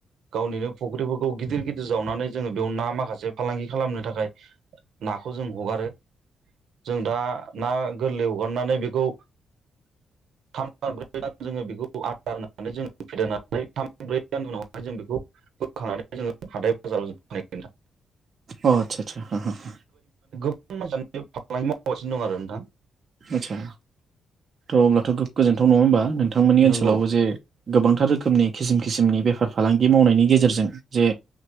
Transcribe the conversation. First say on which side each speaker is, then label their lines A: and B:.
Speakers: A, on the right (about 65°); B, on the right (about 35°).
A: गावनिनो फुख्रिफोरखौ गिदिर गिदिर जावनानै जोङो बेयाव ना माखासे फालांगि खालामनो थाखाय नाखौ जों हगारो। जों दा ना गोरलै हगारनानै बेखौ थाम <unintelligible> ब्रै दान जोङो बेखौ आदारनानै जों फेदेरनानै थाम ब्रै दान उनावहाय जों बेखौ बोखांनानै जोङो हाथाइ बाजाराव जों <unintelligible>
B: अ आदसा सा हाहा हा
A: <unintelligible> बे फालांगि मावगासिनो दं आरो नोंथां
B: आतसा त' अब्लाथ' गोजोनथाव नङा होमबा नों नोंथांमोननि
A: नंगौ
B: ओनसोलावबो जे गोबांथार रोखोमनि खिसिम खिसिमनि बेफार फालांगि मावनायनि गेजेरजों जे